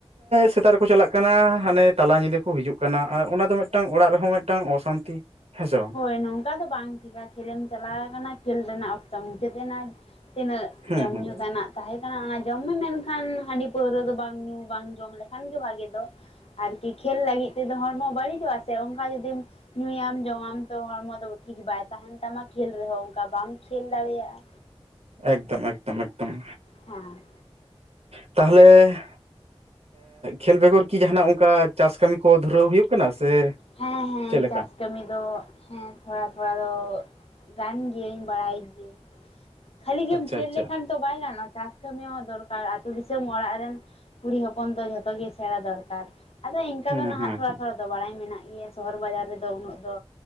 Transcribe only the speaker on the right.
ᱥᱮᱛᱟᱜ ᱨᱮᱠᱚ ᱪᱟᱞᱟᱜ ᱠᱟᱱᱟ ᱦᱟᱱᱮ ᱛᱟᱞᱟ ᱧᱤᱫᱟᱹ ᱠᱚ ᱦᱤᱡᱩᱜ ᱠᱟᱱᱟ ᱟᱨ ᱚᱱᱟ ᱫᱚ ᱢᱮᱫᱴᱟᱝ ᱚᱲᱟᱜ ᱨᱮᱦᱚᱸ ᱢᱮᱫᱴᱟᱝ ᱚᱥᱟᱱᱛᱤ ᱦᱮᱸ ᱥᱮ ᱵᱟᱝ,
ᱦᱩᱸ
ᱦᱩᱸ
ᱮᱠᱫᱚᱢ ᱮᱠᱫᱚᱢ ᱮᱠᱫᱚᱢ
ᱛᱟᱦᱞᱮ ᱠᱷᱮᱞ ᱵᱮᱜᱚᱨ ᱠᱤ ᱡᱟᱦᱱᱟᱜ ᱚᱱᱠᱟ ᱪᱟᱥ ᱠᱟᱹᱢᱤ ᱠᱚ ᱫᱷᱩᱨᱟᱹᱣ ᱦᱩᱭᱩᱜ ᱠᱟᱱᱟ ᱥᱮ
ᱪᱮᱫ ᱞᱮᱠᱟ
ᱟᱪᱪᱷᱟ
ᱟᱪᱪᱷᱟ
ᱦᱩᱸ
ᱦᱩᱸ